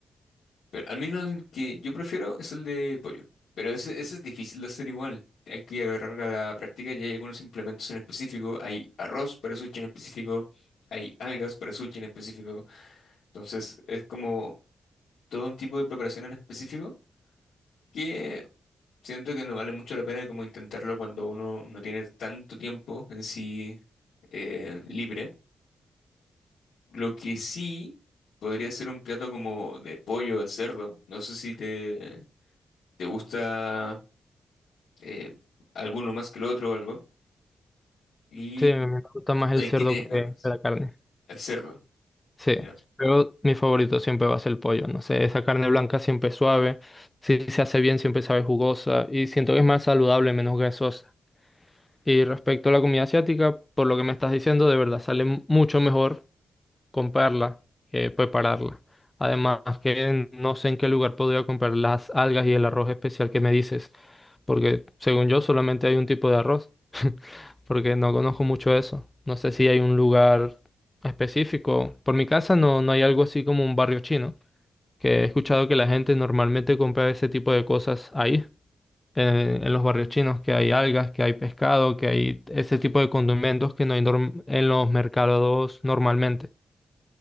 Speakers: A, on the left (about 75°); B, on the left (about 20°).
A: Pero al menos el que yo prefiero es el de pollo. Pero ese, ese es difícil de hacer igual. Hay que agarrar a la práctica y hay algunos implementos en específico. Hay arroz para sushi en específico, hay algas para sushi en específico. Entonces es como todo un tipo de preparación en específico que siento que no vale mucho la pena como intentarlo cuando uno no tiene tanto tiempo en sí eh, libre. Lo que sí podría ser un plato como de pollo, de cerdo. No sé si te, te gusta eh, alguno más que el otro o algo. ¿Y
B: Sí, me gusta más el
A: eh,
B: cerdo
A: qué tienes
B: que
A: ganas?
B: que la carne.
A: El cerdo.
B: Sí,
A: Ya.
B: pero mi favorito siempre va a ser el pollo, no sé, esa carne blanca siempre es suave, si se hace bien siempre sabe jugosa y siento que es más saludable, menos grasosa. Y respecto a la comida asiática, por lo que me estás diciendo, de verdad sale mucho mejor comprarla, eh, prepararla. Además, que no sé en qué lugar podría comprar las algas y el arroz especial que me dices, porque según yo solamente hay un tipo de arroz, <laughs> porque no conozco mucho eso. No sé si hay un lugar específico. Por mi casa no, no hay algo así como un barrio chino, que he escuchado que la gente normalmente compra ese tipo de cosas ahí. En, en los barrios chinos, que hay algas, que hay pescado, que hay ese tipo de condimentos que no hay norm- en los mercados normalmente.